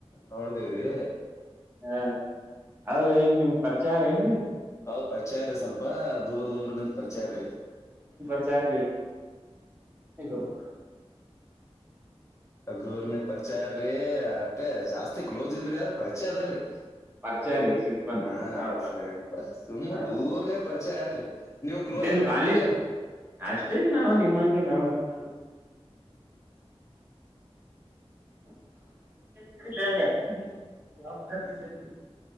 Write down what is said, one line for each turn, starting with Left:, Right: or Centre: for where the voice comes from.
Left: ನೋಡ್ದೀವ್ರಿ
Right: ಹಾ ಅವ್ರ ಏನ್ ನಿಮ್ ಪ್ರಚಾರ ಏನ್ರೀ
Left: ಹೌದ್ ಪರಿಚಯ ಇರಿ ಸ್ವಲ್ಪ ದೂರ್ ದೂರ್ ನಿಂತ ಪರಿಚಯ ಇರ್ರಿ
Right: ವಿಚಾರ ರ ಹ
Left: ಅ ದೂರ್ನ ಪರಿಚಯರ್ರೀ ಅಷ್ಟೆ ಜಾಸ್ತಿ ಕ್ಲೋಸ್ ಇಲ್ರರಿ ಅವದ್ರಿ ಪರಿಚಯ ಅದಾರ್ರೀ
Right: ಪರಿಚಯ ರೀ ಸಿಂಪಲ್
Left: ಹ
Right: ಹೌದೌದು
Left: ಸ್ವಂಪ ಸುಮ್ಮಾ
Right: ಹಾ
Left: ದೂರ ನೀವು ಪರಿಚಯ ಆ್ರ ನೀವು ಕ್ಲೋಸ್
Right: ನಿಮ
Left: ಅದಾರೇನ್ರಿ
Right: ಕಾಲೇಜಿ ಅಷ್ಟೇ ನಾವು ನಿಮ್ಮಂಗೆ ನಾವುದು <unintelligible>